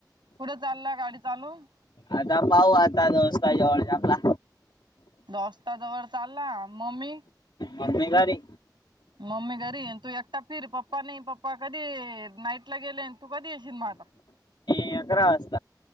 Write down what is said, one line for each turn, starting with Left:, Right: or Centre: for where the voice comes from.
Right: कुठ चालला गाडी चालवून?
Left: आता पाहु आता दोस्ता जवळ आपला
Right: दोस्ता जवळ चालला मम्मी
Left: मम्मी घरी.
Right: मम्मी घरी तू एकटा फिर पप्पा नाही पप्पा कधी नाईटला गेले तू कधी येशील म आता.
Left: <unintelligible>